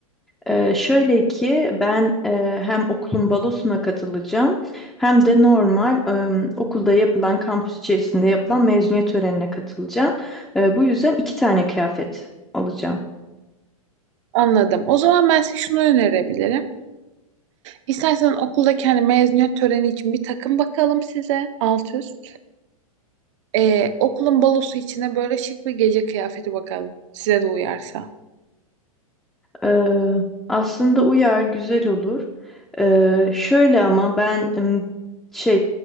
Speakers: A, in the centre; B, on the right (about 55°).
A: Ee, şöyle ki ben e, hem okulun balosuna katılacağım hem de normal e, okulda yapılan kampüs içerisinde yapılan mezuniyet törenine katılacağım. E, bu yüzden iki tane kıyafet alacağım.
B: Anladım. O zaman ben size şunu önerebilirim. İstersen okuldaki hani mezuniyet töreni için bir takım bakalım size alt üst. Ee, okulun balosu içine böyle şık bir gece kıyafeti bakalım. Size de uyarsa.
A: Ee, aslında uyar, güzel olur. Ee, şöyle ama ben em, şey